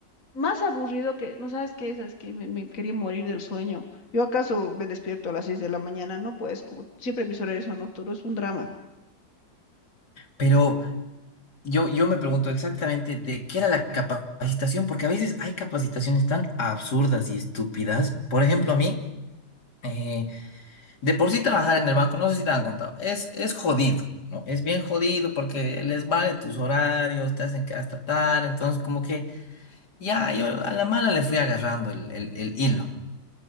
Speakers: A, on the left (about 45°); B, on the left (about 60°).
A: más aburrido que, no sabes qué, sabes que me, me quería morir del sueño. Yo acaso me despierto a las seis de la mañana, no pues, como siempre mis horarios son nocturnos, un drama.
B: Pero yo, yo me pregunto exactamente de qué era la capacitación, porque a veces hay capacitaciones tan absurdas y estúpidas. Por ejemplo, a mí, eh, de por sí trabajar en el banco, no sé si te han contado, es, es jodido, ¿no? Es bien jodido porque les vale tus horarios, te hacen que hasta tarde, entonces como que ya, yo a la mala le fui agarrando el, el, el hilo.